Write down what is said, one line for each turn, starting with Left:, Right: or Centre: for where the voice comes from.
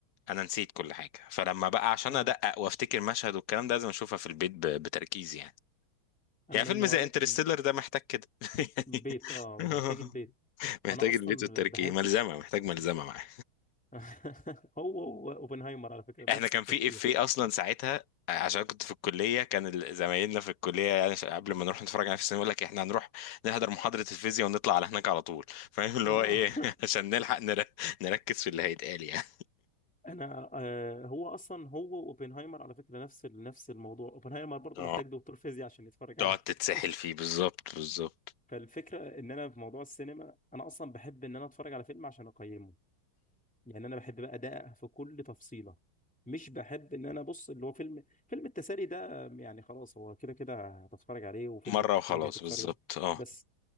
Left: انا نسيت كل حاجه فلما بقى عشان
Centre: اه
Left: ادقق وافتكر مشهد والكلام ده لازم اشوفها في البيت ب... بتركيز يعني
Centre: انا
Left: يعني
Centre: من
Left: فيلم
Centre: نوعيه
Left: زي انترستيلر
Centre: من
Left: ده محتاج كده <laughs> يعني
Centre: بيت اه
Left: <laughs>
Centre: محتاج البيت
Left: محتاج
Centre: انا اصلا
Left: البيت والتركيز
Centre: بحب
Left: ملزمه محتاج ملزمه معاه
Centre: <laughs> هو هو اوبنهايمر على فكرة نفس
Left: احنا كان
Centre: التفكير
Left: في افيه اصلا ساعتها عشان كنت في الكليه كان ال- زمايلنا في الكليه يعني ش- قبل ما نروح نتفرج على في السينما يقول لك احنا هنروح نحضر محاضره الفيزياء ونطلع على هناك على طول فاهم اللي
Centre: اه
Left: هو ايه <laughs> عشان نلحق نر- نركز في اللي هيتقال يعني
Centre: <laughs> انا آه هو اصلا هو اوبنهايمر على فكرة نفس ال- نفس الموضوع اوبنهايمر برضو
Left: اه
Centre: محتاج دكتور فيزياء عشان يتفرج عليه
Left: تقعد تتسحل
Centre: <laughs>
Left: فيه بالظبط بالظبط
Centre: فالفكرة ان انا في موضوع السينما انا اصلا بحب ان انا اتفرج على فيلم عشان اقيمه يعني انا بحب بقى ادقق في كل تفصيلة مش بحب ان انا ابص اللي هو فيلم فيلم التسالي ده يعني خلاص هو كده كده هتتفرج عليه وفيلم
Left: مره
Centre: الكوميديا
Left: وخلاص
Centre: هتتفرج
Left: بالظبط
Centre: عليه
Left: اه
Centre: بس